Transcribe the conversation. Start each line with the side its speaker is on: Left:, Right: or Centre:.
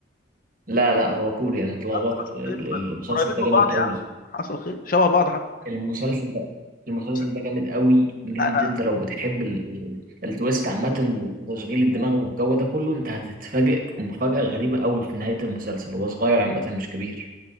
Right: لا لا هو كوري انا اتلخبطت
Left: يلا حصل
Right: ال-
Left: خير قريب-
Right: المسلسل
Left: قريبين
Right: ده
Left: من
Right: جامد
Left: بعض
Right: قوي
Left: يا عم حصل خير شبه بعض حتى
Right: المسلسل ده المسلسل
Left: بس
Right: ده جامد قوي بجد
Left: انا
Right: انت لو بتحب ال... ال- التويست عامة وتشغيل الدماغ والجو ده كله انت هتتفاجئ مفاجأة غريبة قوي في نهاية المسلسل هو صغير عامة مش كبير